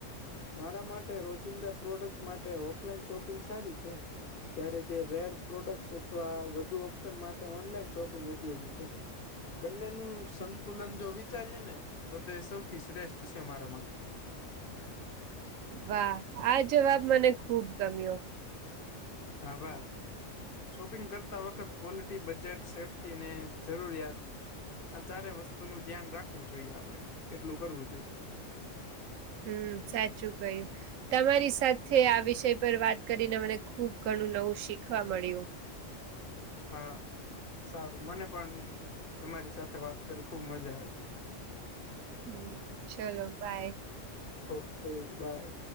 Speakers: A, on the left; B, on the right.
A: મારા માટે રોજિંદા પ્રોડક્ટ્સ માટે ઑફલાઇન શોપિંગ સારી છે, જયારે જે રેર પ્રોડક્ટ્સ અથવા વધુ ઓપ્શન માટે ઓનલાઈન શોપિંગ ઉપયોગી છે, બન્નેનું સંતુલન જો વિચારીએ ને તો સૌથી શ્રેષ્ટ છે મારા માટે,
B: વાહ આ જવાબ મને ખૂબ ગમ્યો,
A: આભાર, શોપિંગ કરતા વખત ક્વોલિટી બજેટ સેફ્ટી ને જરૂરિયાત, આ ચારેય વસ્તુનું ધ્યાન રાખવું જોઈએ આપડે એટલું કરવું જોઈએ,
B: હમમ સાચું કહ્યું, તમારી સાથે આ વિષય પર વાત કરીને મને ખૂબ ઘણું નવું શીખવા મળ્યું,
A: હા સારું મને પણ તમારી સાથે વાત કરી ને ખૂબ મજા આવી, <unintelligible>
B: હમમ ચલો બાય,
A: ઓકે બાય,